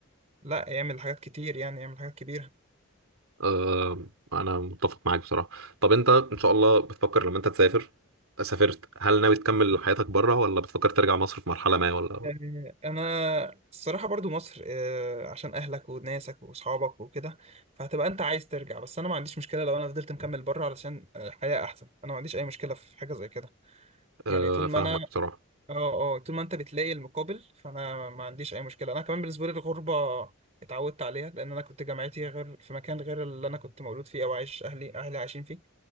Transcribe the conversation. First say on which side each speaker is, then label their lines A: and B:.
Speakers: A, on the right (about 30°); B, on the right (about 85°).
A: لا يعمل حاجات كتير يعني يعمل حاجات كبيره
B: آه، انا متفق معاك بصراحه طب انت ان شاء الله بتفكر لما انت تسافر سافرت هل ناوي تكمل حياتك بره ولا بتفكر ترجع مصر في مرحله ما ولا
A: آه، انا الصراحه برضو مصر آه، عشان اهلك وناسك واصحابك وكده فهتبقى انت عايز ترجع بس انا ما عنديش مشكله لو انا فضلت مكمل بره علشان آه، الحياه احسن انا ما عنديش اي مشكله في حاجه زي كده
B: آه،
A: يعني طول ما
B: فاهمك
A: انا
B: بصراحة
A: اه اه طول ما انت بتلاقي المقابل فانا ما عنديش اي مشكله انا كمان بالنسبه لي الغربه اتعودت عليها لان انا كنت جامعتي غير في مكان غير اللي انا كنت مولود فيه او عايش اهلي اهلي عايشين فيه